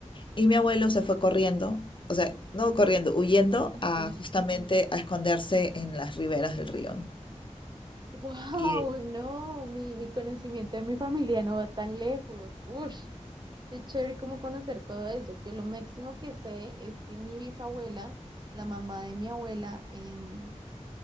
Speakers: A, on the left; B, on the right.
A: y mi abuelo se fue corriendo, o sea, no corriendo, huyendo a
B: Sí.
A: justamente a esconderse en las riberas del río, ¿no?
B: Wow,
A: Y,
B: no, mi, mi conocimiento de mi familia no va tan lejos. Ush, qué chévere como conocer todo eso. Yo lo máximo que sé es que mi bisabuela, la mamá de mi abuela, em,